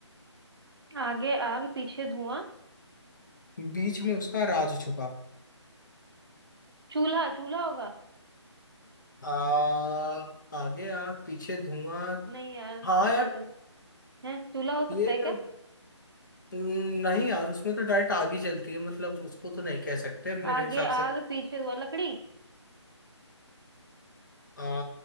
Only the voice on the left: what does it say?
बीच में उसका राज छुपा
आ, आगे आग पीछे धुआं
हाँ
यार
ये
न- नहीं यार उसमें तो डायरेक्ट आग ही चलती है मतलब उसको तो नहीं कह सकते मेरे
हिसाब
से
आ,